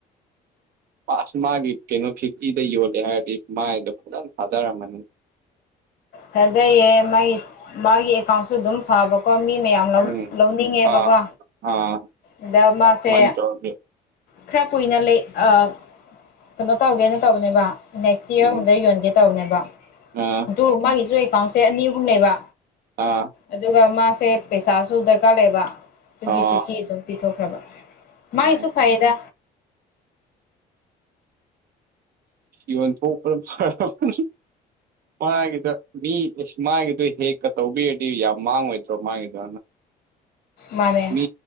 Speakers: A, on the right; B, on the left.
A: ꯄꯥꯁ ꯃꯥꯒꯤ ꯀꯩꯅꯣ ꯐꯤꯞꯇꯤꯗ ꯌꯣꯜꯂꯦ ꯍꯥꯏꯔꯗꯤ ꯃꯥꯏꯗꯣ ꯐꯖꯅ ꯊꯥꯗꯔꯝꯃꯅꯤ
B: ꯊꯥꯗꯩꯌꯦ ꯃꯥꯒꯤꯁ ꯃꯥꯒꯤ ꯑꯦꯀꯥꯎꯟꯁꯨ ꯑꯗꯨꯝ ꯐꯕꯀꯣ ꯃꯤ ꯃꯌꯥꯝ ꯂꯧ
A: ꯎꯝ
B: ꯂꯧꯅꯤꯡꯉꯦꯕꯀꯣ
A: ꯑꯥ ꯑꯥ
B: ꯑꯗ ꯃꯥꯁꯦ
A: ꯑꯗꯨꯃꯥꯏꯅ ꯇꯧꯔꯗꯤ
B: ꯈꯔ ꯀꯨꯏꯅ ꯂꯩ ꯑ ꯀꯩꯅꯣ ꯇꯧꯒꯦꯅ ꯇꯧꯕꯅꯦꯕ ꯅꯦꯛꯁ ꯏꯌ꯭ꯔ
A: ꯎꯝ
B: ꯒꯨꯝꯕꯗ ꯌꯣꯟꯒꯦ ꯇꯧꯕꯅꯦꯕ
A: ꯑꯥ
B: ꯑꯇꯨ ꯃꯥꯒꯤꯁꯨ ꯑꯦꯀꯥꯎꯟꯁꯦ ꯑꯅꯤ ꯑꯍꯨꯝꯅꯦꯕ
A: ꯑꯥ
B: ꯑꯗꯨꯒ ꯃꯥꯁꯦ ꯄꯩꯁꯥꯁꯨ ꯗ꯭ꯔꯀꯥꯔ ꯂꯩꯑꯦꯕ ꯑꯗꯨꯒꯤ
A: ꯑꯥ
B: ꯐꯤꯞꯇꯤ ꯑꯗꯨꯝ ꯄꯤꯊꯣꯛꯈ꯭ꯔꯕ ꯃꯥꯥꯏꯁꯨ
A: ꯎꯝ
B: ꯐꯩꯌꯦꯗ
A: ꯌꯣꯟꯊꯣꯛꯄ꯭ꯔꯝ ꯐꯔꯕ꯭ꯔꯁꯨ ꯃꯥꯒꯤꯗ ꯃꯤ ꯃꯥꯒꯤꯗꯣ ꯍꯦꯛꯀ ꯇꯧꯕꯤꯔꯗꯤ ꯌꯥꯝ ꯃꯥꯡꯉꯣꯏꯗ꯭ꯔꯣ ꯃꯥꯒꯤꯗꯣ
B: ꯃꯥꯅꯦ
A: ꯃꯤ